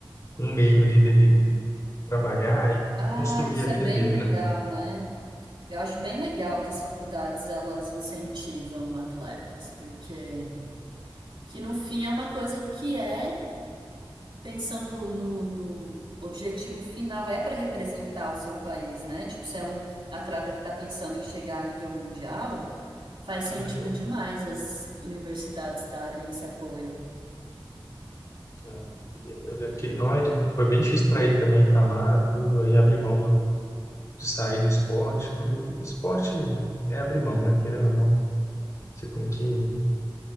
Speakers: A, on the left (about 40°); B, on the right (about 70°).
A: um meio ali dele trabalhar e
B: Ah,
A: construir
B: isso
A: a vida
B: é bem
A: dele,
B: legal,
A: né?
B: né? Eu acho bem legal que as faculdades elas incentivam atletas, porque que no fim é uma coisa que é pensando no, no objetivo final, é para representar o seu país, né? Tipo, se é um atleta que está pensando em chegar a nível mundial, faz sentido
A: Uhum.
B: demais as universidades darem esse apoio.
A: É. Eu lembro que ele, não, ele, foi bem difícil para ele também ir para lá, tudo, aí abrir mão do, de sair do esporte, tudo. Esporte é abrir mão, né? Querendo ou não, você tem que